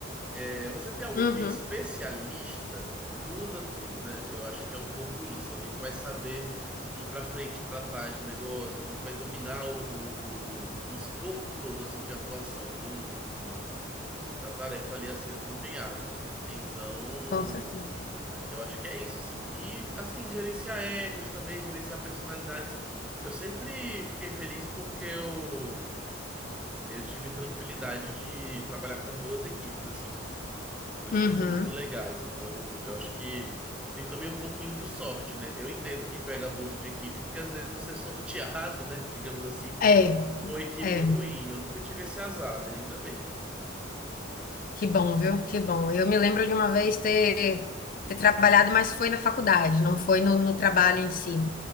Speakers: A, in the centre; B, on the left.
A: É, você tem alguém
B: Uhum,
A: que é especialista, muda tudo, né? Eu acho que é um pouco isso. Alguém que vai saber ir para frente, para trás do negócio, alguém que vai dominar o, o, o, o escopo todo assim de atuação do, do, da tarefa ali a ser desempenhada. Então,
B: com certeza.
A: eu acho que é isso, assim. E, assim, gerenciar egos também, gerenciar personalidades. Eu sempre fiquei feliz porque eu, eu tive tranquilidade de trabalhar com boas equipes, assim com pessoas
B: Uhum.
A: muito legais. Então, eu acho que tem também um pouquinho de sorte, né? Eu entendo quem pega abuso de equipe, porque às vezes você é sorteado, né? Digamos assim,
B: É,
A: com equipe
B: é.
A: ruim. Eu nunca tive esse azar, né? Ainda bem.
B: Que bom, viu? Que bom. Eu me lembro de uma vez ter, ter trabalhado, mas foi na faculdade, não foi no, no trabalho em si.